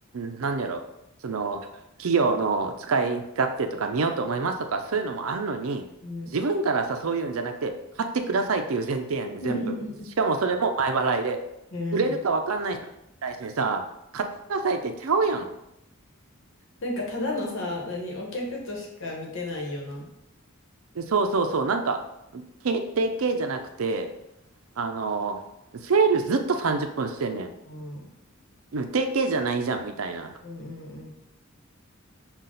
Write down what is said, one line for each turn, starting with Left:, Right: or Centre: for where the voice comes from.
Right: なんやろ、その、企業の使い勝手とか見ようと思いますとか、そういうのもあんのに、
Left: うん。
Right: 自分からさ、そういうんじゃなくて、買ってくださいっていう前提やねん、
Left: <laughs>
Right: 全部。しかもそれも前払いで。
Left: うん。
Right: 売れるか分かんない人に対してさ、買ってくださいってちゃうやん。
Left: なんかただのさ、何、お客としか見てないよな。
Right: そうそうそう、なんか、決定系じゃなくて、あのーセールずっと30分してんねん。
Left: うん。うん
Right: 定型じゃないじゃん、みたいな。
Left: うん